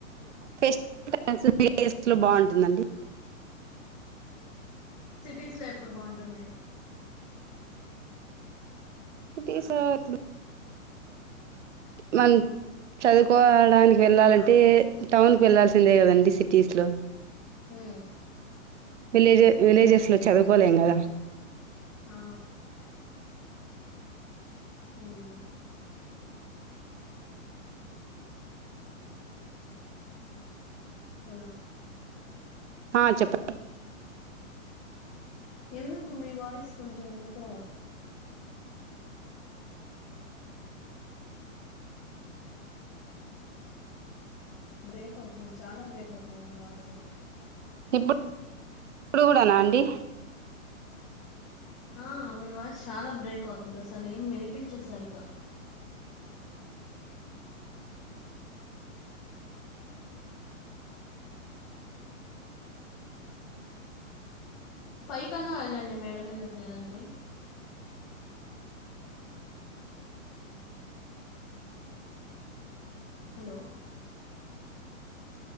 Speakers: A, on the right (about 55°); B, on the left (about 25°).
A: ఫెస్టివల్స్ లు విలేజీలో బాగుంటుందండి
B: సిటీస్ లో ఎప్పుడు బాగుంటుంది
A: సిటీస్ అట్లా మాల్ చదువుకోవడానికి వెళ్ళాలంటే టౌన్కి వెళ్ళాల్సిందే కదండి సిటీస్లో
B: ఉమ్
A: విలేజె విలేజెస్ లో చదువుకోలేం కదా
B: ఆ అవునులే హలో
A: ఆ చెప్ప
B: నాకు మీ వయిస్ కొంచం ఎందుకో బ్రేక్ అవుతుంది చాలా బ్రేక్ అవుతుంది మీ వాయిస్
A: ఇప్పుడు ఇప్పుడు కూడానా అండి
B: ఆ మీ వాయిస్ చాలా బ్రేక్ అవుతుంది అసలు ఏం వినిపించదు సరిగ్గా పై కన్నా వెళ్ళండి మేడ మీదకు లేదంటే హలో